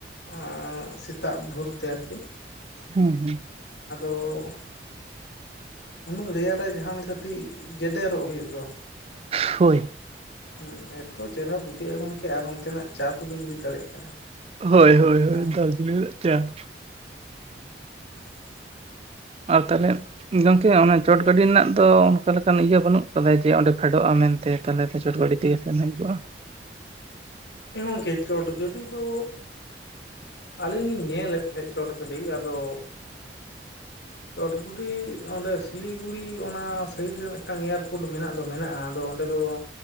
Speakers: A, on the left; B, on the right.
A: ᱚᱸ ᱥᱮᱛᱟᱜ ᱵᱷᱳᱨ ᱛᱮ ᱟᱨᱠᱤ᱾
B: ᱦᱩᱸ, ᱦᱩᱸ᱾
A: ᱟᱫᱚ ᱩᱱᱟᱹᱜ ᱲᱮᱭᱟᱲ ᱨᱮ ᱡᱟᱦᱟᱨᱮᱸ ᱠᱟᱹᱴᱤᱡ ᱡᱮᱰᱮᱨᱚᱜ ᱦᱩᱭᱩᱜ ᱫᱚ!
B: ᱠᱷᱳᱭ!
A: ᱦᱩᱸ ᱮᱛᱚ ᱪᱮᱦᱨᱟ ᱵᱩᱡᱷᱟᱹᱜᱼᱟ ᱜᱚᱝᱠᱮ ᱟᱨ ᱚᱱᱛᱮᱱᱟᱜ ᱪᱟ ᱛᱚ ᱵᱤᱱ ᱵᱩᱡᱽ ᱫᱟᱲᱮᱜ ᱠᱟᱱᱟ!
B: ᱦᱳᱭ, ᱦᱳᱭ, ᱦᱳᱭ,
A: ᱟᱦ
B: 'ᱫᱟᱨᱡᱤᱞᱤᱝ' <inaudible> ᱪᱟ᱾
A: ᱦ <unintelligible>
B: ᱟ ᱛᱟᱦᱞᱮ ᱜᱚᱝᱠᱮ ᱚᱱᱟ ᱪᱚᱴ ᱜᱟᱹᱰᱤ ᱱᱟᱜ ᱫᱚ ᱚᱱᱠᱟ ᱞᱮᱠᱟᱱ ᱤᱭᱟᱹ ᱵᱟᱹᱱᱩᱜ ᱠᱟᱫᱟ, ᱡᱮ ᱚᱸᱰᱮ ᱯᱷᱮᱰᱚᱜᱼᱟ ᱢᱮᱱᱛᱮ? ᱛᱷᱟᱞᱮ ᱛᱚ ᱪᱚᱴ ᱜᱟᱹᱰᱤ ᱛᱮᱜᱮ ᱥᱮᱱ ᱦᱤᱡᱩᱜᱼᱟ᱾
A: ᱮ ᱜᱚᱝᱠᱮ ᱪᱚᱴ ᱜᱟᱹᱰᱤ ᱫᱚ ᱟᱞᱤ ᱧᱤᱧ ᱧᱮᱞᱮᱫ ᱛᱷᱮᱜ ᱪᱚᱴ ᱜᱟᱹᱰᱤ ᱟᱫᱚ ᱪᱚᱴᱜᱩᱰᱤ ᱚᱸᱰᱮ 'ᱥᱤᱞᱤᱜᱩᱲᱤ' ᱚᱱᱟ ᱥᱟᱹᱭᱤᱰ ᱨᱮ ᱢᱤᱜᱴᱟᱝ ᱭᱟᱨᱠᱳᱰ ᱢᱮᱱᱟᱜ ᱫᱚ ᱢᱮᱱᱟᱜᱼᱟ᱾ ᱟᱫᱚ ᱰᱮ ᱫᱚ